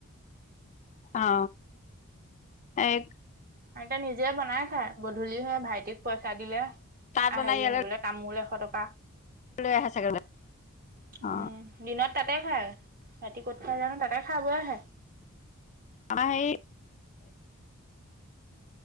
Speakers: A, on the left (about 35°); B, on the right (about 40°).
A: অ এক
B: আইতাই নিজে বনাই খায়। গধূলি সে ভাইটিক পইচা দিলে
A: তাত বনাই
B: হেৰি
A: ইয়ালৈ
B: আনিবলে। তামোল এশ টকা।
A: <unintelligible> অ।
B: উম দিনত তাতে খায়। ৰাতি ক'ত খাই জানো? তাতে খাই বৈ আহে।
A: আমাৰ হেই